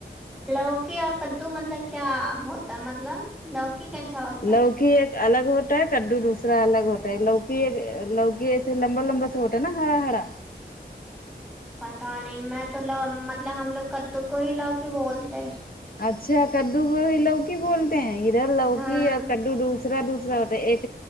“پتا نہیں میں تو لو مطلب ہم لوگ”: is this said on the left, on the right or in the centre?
Centre